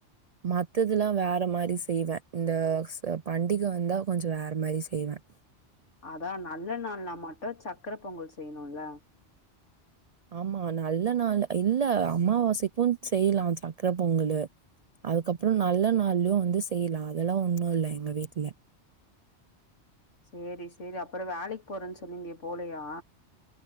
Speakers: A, on the right; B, on the left.
A: மத்ததெல்லா வேற மாரி செய்வேன் இந்த ச பண்டிக வந்தா கொஞ்சோ வேற மாரி செய்வேன்
B: அதான் நல்ல நாள்னா மட்டு சக்கர பொங்கல் செய்யணுல
A: ஆமா நல்ல நாள் இல்ல அம்மாவாசைக்கு செய்லா சக்கர பொங்கலு அதுக்கப்றோ நல்ல நாள்லயு வந்து செய்லா அதெல்லா ஒண்ணு இல்ல எங்க வீட்ல
B: சேரி சேரி அப்றோ வேலைக்கு போறேன்னு சொல்லியிருந்தியே போலையா